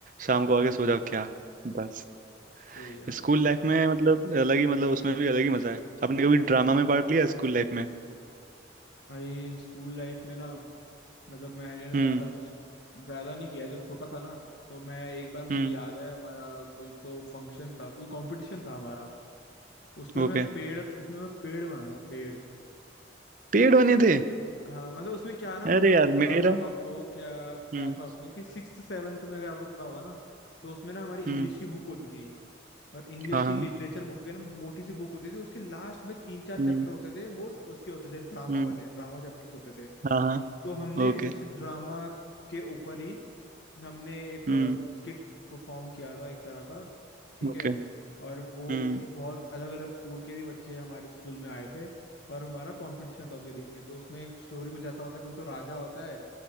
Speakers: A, on the right (about 45°); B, on the left (about 70°).
A: शाम को आके
B: हम्म
A: सो जाओ क्या बस
B: सही है
A: स्कूल
B: भाई
A: लाइफ में मतलब अलग ही मतलब उसमें भी अलग ही मजा है आपने कभी ड्रामा में पार्ट लिया स्कूल लाइफ में
B: भाई स्कूल लाइफ में ना मतलब मैंने ना
A: हम्म
B: ज्यादा कुछ ज्यादा नहीं किया जब छोटा था ना तो मैं एक बार मेरे
A: हम्म
B: को याद है हमारा कोई तो फंक्शन था कोई कंपटीशन था हमारा उसमें मैं
A: ओके
B: पेड़ उसमें मैं पेड़ बना था पेड़
A: पेड़ बने थे
B: हाँ मतलब उसमें क्या है ना मैं
A: अरे
B: ब-
A: यार
B: बताता
A: मेरा
B: हूँ आपको क्या क्या
A: हम्म
B: था उसमें कि सिक्स्थ सेवन्थ में अगर आपको पता होगा ना तो उसमें ना हमारी
A: हम्म
B: इंग्लिश की बुक होती थी और इंग्लिश
A: हाँ
B: की
A: हाँ
B: लिटरेचर बुक के ना मोटी सी बुक होती थी उसके लास्ट में तीन चार
A: हम्म
B: चैप्टर होते थे वो उसके होते थे ड्रामा
A: हम्म
B: वाले ड्रामा चैप्टर्स होते थे
A: हाँ हाँ
B: तो हमने
A: ओके
B: उस ड्रामा के ऊपर ही हमने एक
A: हम्म
B: स्किट परफॉर्म किया था एक तरह का ठीक
A: ओके
B: है और वो
A: हम्म
B: ये बहुत अलग अलग स्कूल के भी बच्चे हमारे स्कूल में आए थे और हमारा कंपटीशन था उसके बीच में तो उसमें स्टोरी कुछ ऐसा होता है कोई तो राजा होता है